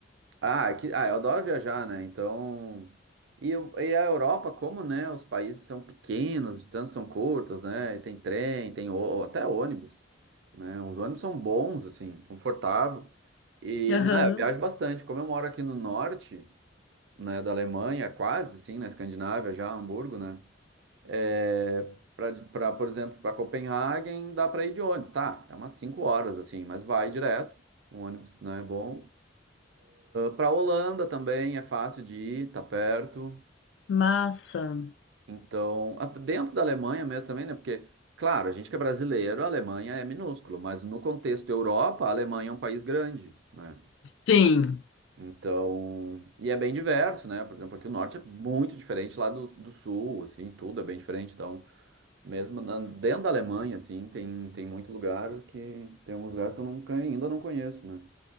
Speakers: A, on the right; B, on the left.
A: Ah, aqui, ah, eu adoro viajar, né? Então. E, eu- e a Europa, como, né? Os países são pequenos, as distâncias são curtas, né? E tem trem, tem ô- até ônibus, né? Os ônibus são bons, assim, confortável. E,
B: Aham,
A: não, eu viajo bastante. Como eu moro aqui no norte, né, da Alemanha, quase, sim, na Escandinávia, já, Hamburgo, né? É, para pra, por exemplo, para Copenhagen, dá para ir de ônibus. Tá, é umas cinco horas, assim, mas vai direto. Um ônibus, né, bom para a Holanda também é fácil de ir, tá perto.
B: Massa.
A: Então, a- dentro da Alemanha mesmo também, né? Porque, claro, a gente que é brasileiro, a Alemanha é minúsculo, mas no contexto Europa, a Alemanha é um país grande, né?
B: Sim.
A: Então, e é bem diverso, né? Por exemplo, aqui o norte é muito diferente lá do, do sul, assim, tudo é bem diferente. Então, mesmo na- dentro da Alemanha, assim, tem, tem muito lugar que tem alguns lugares que eu nunca, ainda não conheço, né?